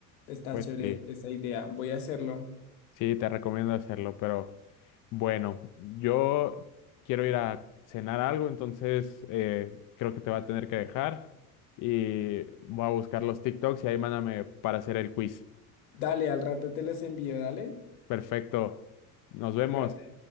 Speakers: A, on the left; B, on the left.
A: está
B: Pues
A: chévere
B: sí,
A: esa idea. Voy a hacerlo.
B: sí, te recomiendo hacerlo, pero bueno, yo quiero ir a cenar algo, entonces eh, creo que te va a tener que dejar y voy a buscar los TikToks y ahí mándame para hacer el quiz.
A: Dale, al rato te las envío, dale.
B: Perfecto, nos vemos.
A: Cuídate.